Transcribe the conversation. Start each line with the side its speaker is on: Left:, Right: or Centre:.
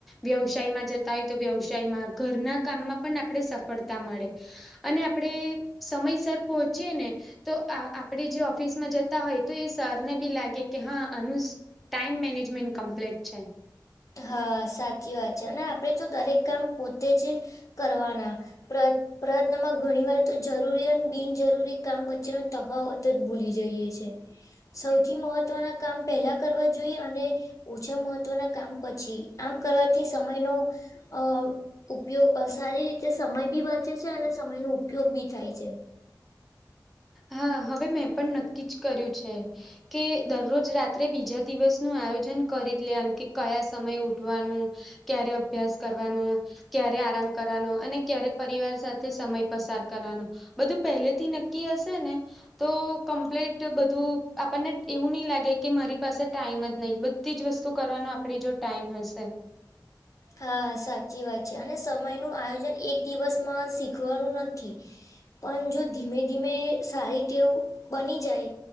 Centre: વ્યવસાયમાં જતા હોય તો વ્યવસાયમાં ઘરના કામમાં પણ આપણે સફળતા મળે. અને આપડે સમયસર પહોંચીયે ને તો આપણેે જે ઓફિસમાં જતા હોય તો એ સરને બી લાગે કે હા આનું ટાઈમ મેનેજમેન્ટ કમ્પ્લીટ છે.
Left: હા સાચી વાત છે અને આપડે તો દરેક કામ પો તેજ કરવાના પ્ર પ્રયત્નમાં ઘણી વાર તો જરૂરી અને બિનજરૂરી કામ વચ્ચેનો તફાવત જ ભૂલી જઈએ છે સૌથી મહત્વના કામ પેલા કરવા જોઈએ અને ઓછા મહત્વના કામ પછી આમ કરવાથી સમયનો અ ઉપયોગ સારી રીતે સમય બી બચે છે અને સમય નો ઉપયોગ બી થાય છે.
Centre: હા હવે મેં પણ નક્કી જ કર્યું છે. કે દરરોજ રાત્રે બીજા દિવસ નું આયોજન કરી લેવાનું કે કયા સમય ઉઠવાનું ક્યારે અભ્યાસ કરવાનો ક્યારે આરામ કરવાનો અને ક્યારે પરિવાર સાથે સમય પસાર કરવાનો બધું પહેલેથી નક્કી હશે ને તો કમ્પ્લીટ બધું આપણને એવું નહી લાગે કે મારી પાસે ટાઈમ જ નહીં બધી જ વસ્તુ કરવાનો આપણી જો ટાઈમ હશે
Left: હા સાચી વાત છે અને સમય નું આયોજન એક દિવસમાં શીખવાનું નથી પણ જો ધીમે ધીમે સારી તેવું બની જાય.